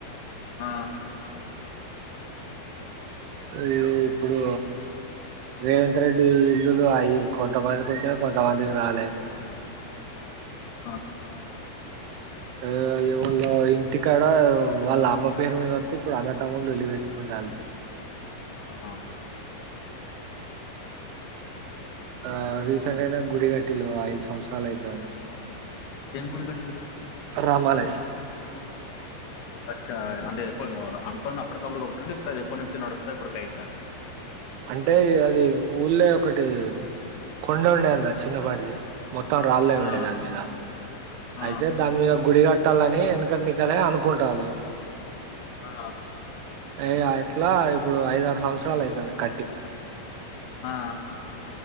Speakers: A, on the left (about 60°); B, on the right (about 75°).
A: ఆ
B: అయ్యో ఇప్పుడు రేవంత్ రెడ్డి ఇల్లులు అయ కొంతమందికి వచ్చిన కొంతమందికి రాలే
A: అ
B: ఆ ఎవాళ ఇంటికాడ వాళ్ళ అమ్మ పేరు మీద వస్తే ఇప్పుడు అన్నతమ్ములు వెళ్లిి పెెట్టుకుంటారు
A: ఆ
B: ఆ రీసెంట్ అయినా గుడి గట్టటిలో ఐదు సంవత్సరాలు అవుతుది
A: టేంకడి కట్టరు
B: రామాలయం
A: అచ్చ అంటే ఎప్పు అనుకోండా అప్పటికప్పుడుకిబు ఇక్కడ ఎప్పటి నుంచో నడుస్తాయి ఇప్పుడుకైంద
B: అంటే అది ఊళ్ళ ఒకటి కొండ ఉండయిన్న చిన్నపాటిది మొత్తం రాళ్ళే
A: ఆ!
B: ఉండడి దాని మీీద
A: ఆ!
B: అయితే దాని మీద గుడిగా ట్టాలని ఎందుకంటే ఇక్కడ అనుకుంటా వాళ్ళు
A: ఆ
B: అ ఇట్లా ఇప్పుడు ఐద ఆరు సంవత్సరాలు అయితుంది కట్టి
A: ఆ ఆ